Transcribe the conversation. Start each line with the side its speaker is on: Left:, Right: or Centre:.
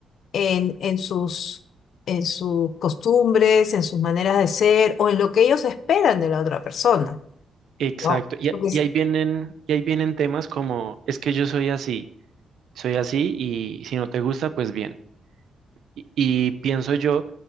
Left: en, en sus, en sus costumbres, en sus maneras de ser o en lo que ellos esperan de la otra persona,
Right: Exacto.
Left: ¿no?
Right: Y,
Left: Porque
Right: a-
Left: es-
Right: y ahí vienen, y ahí vienen temas como, es que yo soy así, soy así y si no te gusta, pues bien. Y, y pienso yo